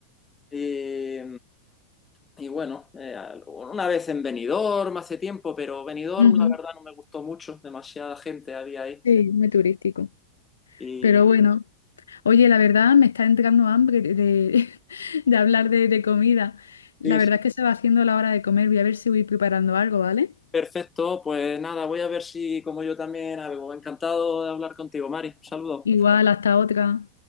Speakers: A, on the left (about 15°); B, on the left (about 70°).
A: Y, y bueno, eh, una vez en Benidorm hace tiempo, pero Benidorm,
B: Ujú,
A: la verdad, no me gustó mucho. Demasiada gente había ahí.
B: Sí, muy turístico.
A: Y
B: Pero bueno. Oye, la verdad me está entrando hambre de, de- <laughs> de hablar de, de comida. La
A: sí,
B: verdad
A: sí,
B: es que se va haciendo la hora de comer. Voy a ver si voy preparando algo, ¿vale?
A: perfecto. Pues nada, voy a ver si como yo también algo. Encantado de hablar contigo, Mari. Un saludo.
B: Igual, hasta otra.